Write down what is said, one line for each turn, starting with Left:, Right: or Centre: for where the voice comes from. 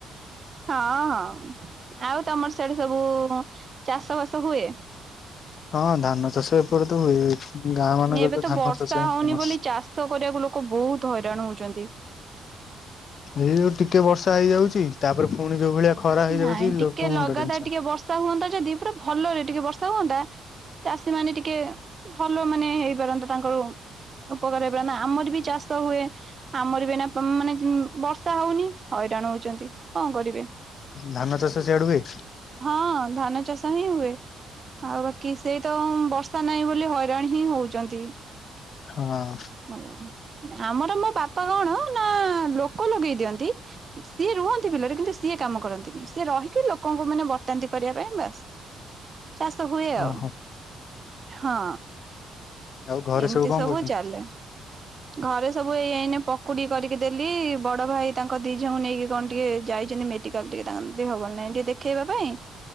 Right: ହଁ ହଁ ଆଉ ତମର ସିଆଡ଼େ ସବୁ ଙ୍କ ଚାଷ ବାସ ହୁଏ।
Left: ହଁ ଧାନ ଚାଷ ଏପଟେ ତ ହୁଏ। ଗାଁ ମାନଙ୍କରେ
Right: ଏବେ ତ
Left: ଧାନ
Right: ବର୍ଷା
Left: ଚାଷ ହିଁ
Right: ହଉନି
Left: ଫେମସ
Right: ବୋଲି ଚାଷ କରିବାକୁ ଲୋକ ବହୁତ ତ ହଇରାଣ ହଉଛନ୍ତି।
Left: ଏଇଯୋଉ ଟିକେ ବର୍ଷା ହେଇଯାଉଛି ତାପରେ ପୁଣି ଯୋଉ ଭଳିଆ ଖରା ହେଇଯାଉଛି
Right: ନାଇଁ ଟିକେ
Left: ଲୋକ
Right: ଲଗାତାର
Left: ମୁଣ୍ଡ ଟେନସନ।
Right: ଟିକେ ବର୍ଷା ହୁଅନ୍ତା ଯଦି ପୁରା ଭଲରେ ଟିକେ ବର୍ଷା ହୁଅନ୍ତା ଚାଷୀ ମାନେ ଟିକେ ଭଲ ମାନେ ହେଇପାରନ୍ତା ତାଙ୍କର। ଉପକାର ଏଇଭଳିଆ ନା ଆମର ବି ଚାଷ ହୁଏ ଆମର ବି ଏଇନା ପ ମାନେ ଜ ବର୍ଷ ବର୍ଷା ହଉନି ହଇରାଣ ହଉଛନ୍ତି କଣ କରିବେ?
Left: ଧାନ ଚାଷ ସିଆଡେ ହୁଏ?
Right: ହଁ ଧାନଚାଷ ହିଁ ହୁଏ। ଆଉ ବାକି ସେଇତ ବର୍ଷା ନାହିଁ ବୋଲି ହଇରାଣ ହିଁ ହଉଛନ୍ତି।
Left: ହଁ
Right: ଆଜ୍ଞା ନାଇ ଆମର ମୋ ବାପା କଣ ନା ନା ଲୋକ ଲଗେଇ ଦିଅନ୍ତି ସିଏ ରୁହନ୍ତି ବିଲରେ କିନ୍ତୁ ସିଏ କାମ କରନ୍ତିନି ସିଏ ରହିକି ଲୋ ଲୋକଙ୍କୁ ମାନେ ବତାନ୍ତି କରିବା ପାଇଁ ବାସ ଚାଷ ହୁଏ ଆଉ।
Left: ଓହୋ।
Right: ହଁ।
Left: ଆଉ ଘରେ
Right: ଏମିତି
Left: କଣ
Right: ସବୁ
Left: କରୁଛନ୍ତି?
Right: ଚାଲେ। ଘରେ ସବୁ ଏଇ ଏଇନେ ପକୁଡି କରିକି ଦେଲି ବଡଭାଇ ତାଙ୍କ ଦି ଝିଅଙ୍କୁ ନେଇକି କଣ ଟିକେ ଯାଇ ଛନ୍ତି ମେଡିକାଲ ଟିକେ ତାଙ୍କ ଦେହ ଭଲ ନାଇଁ ଟିକେ ଦେଖେଇବା ପାଇଁ।